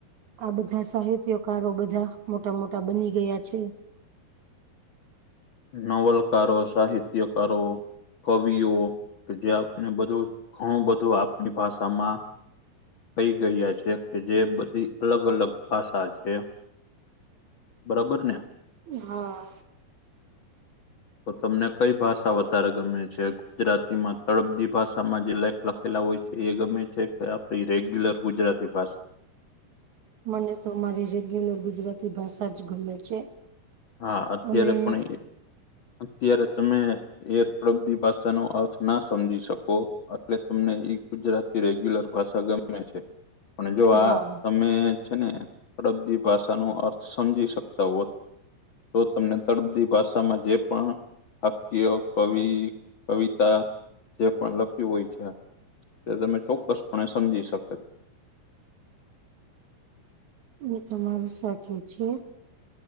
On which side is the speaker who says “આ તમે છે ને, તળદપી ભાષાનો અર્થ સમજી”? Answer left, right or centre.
Left